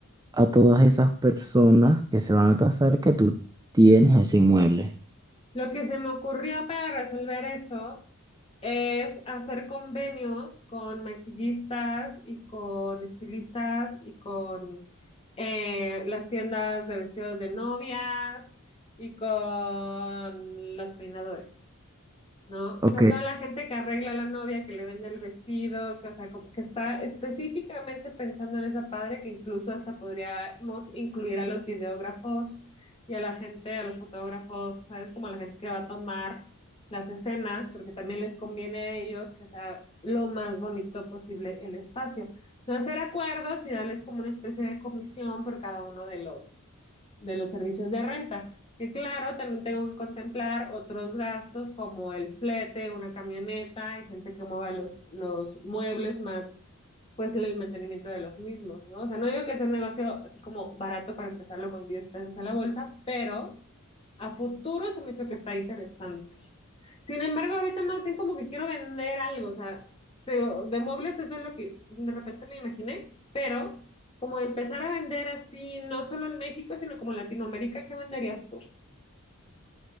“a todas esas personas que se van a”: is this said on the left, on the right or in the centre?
Right